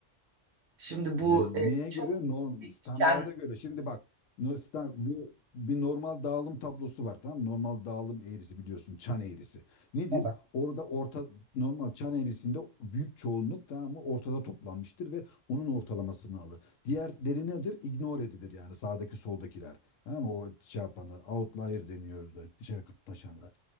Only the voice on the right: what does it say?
Şimdi
bu e,
çok
değişken.
Evet.